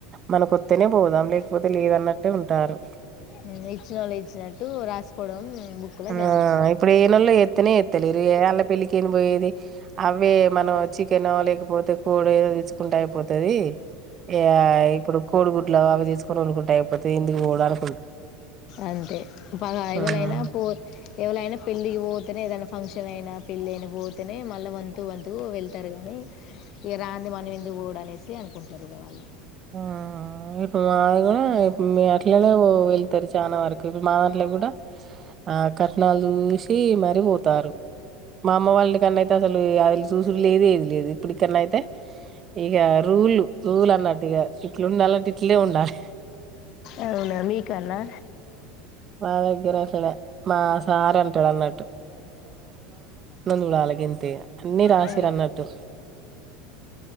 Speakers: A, on the right (about 35°); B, on the left (about 55°).
A: మనకొత్తనే పోదాం లేకపోతే లేదన్నట్టే ఉంటు టారు
B: ఉమ్ ఇచ్చినళ్ళు ఇచ్చినట్టు రాసుకోవడం బుక్లో
A: ఆ
B: జరుగుతుంది
A: ఇప్పుడు ఏనెల్లో ఎత్తనే ఎత్తలేరు అల్ల పెళ్లికి ఏన పోయేది అవే మనం చికెన్ లేకపోతే కోడే ఏదో తీసుకుంటే అయిపోతది ఆ ఇప్పుడు కోడిగుడ్లో అవి తీసుకొని వండుకుంటే అయిపోతుంది ఎందుకు పోడు అను
B: అంతే బాగా అయవాలయినా
A: ఉమ్.
B: పో ఎవలైనా పెళ్ళికి పోతేనే ఏధైనా ఫంక్షన్ అయినా పెళ్ళి అయినా పోతేనే మళ్ళీ వంతు వంతుకు వెళ్తారు కానీ ఇక రాంది మనం ఎందుకు పోడు అనేసి అనుకుంటారు వాళ్ళు
A: ఆ మాది కూడా ఇ అట్లనే పో చాన వరకు ఇపూ మా దాంట్లో కూడా ఆ కట్నాలు చూసి మరిపోతారు మా అమ్మ వాళ్ళ కన్నా అయితే అసలు అది చూసురు లేదు ఏది లేదు ఇప్పుడికన్నా అయితే ఇక రూల్ రూల్ అన్నట్టు. ఇట్లు ఉండాలంటే ఇట్లే ఉండాలి
B: అవునా మీ కన్నా
A: మా దగ్గర అసలు మా సార్ టడన్నా చూడాలి గింతే అన్ని రాసిరు
B: అవును
A: అన్నట్టు